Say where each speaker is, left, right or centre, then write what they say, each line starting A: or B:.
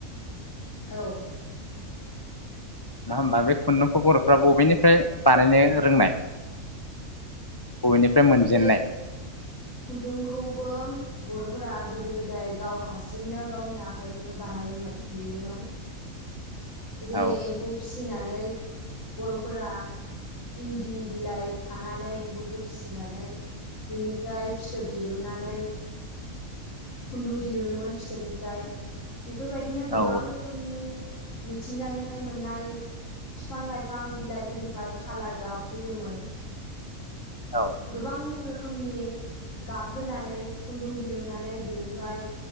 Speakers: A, on the left (about 65°); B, on the left (about 30°).
A: औ
B: नङा होमबा बे खुन्दुंखौ बर'फ्रा बबेनिफ्राय बानायनो रोंनाय बबेनिफ्राय मोनजेननाय
A: बे खुन्दुंखौबो बर'फोरा गोदो गोदाय गाव हारसिंनो गावनि आखाइजोंनो बानायोमोन लुयोमोन‌ जेरै
B: औ
A: एम्फौ फिसिनानै बर'फोरा इन्दि बिलाइ खानानै एम्फौखौ फिसियो। फिसिनानै बिनिफ्राय फिथोब दिरुनानै खुन्दुं दिरुनोमोन फिथोबनिफ्राय। बेफोरबायदिनो गोबां
B: औ
A: रोखोमनि मिथिंगानिफ्राय मोननाय फिफां लाइफां बिलाइफोरनिफ्राय खालार गाब होयोमोन।
B: औ
A: गोबां रोखोम रोखोमनि गाबहोनानै खुन्दुं दिरुनन्नानै बेनिफ्राय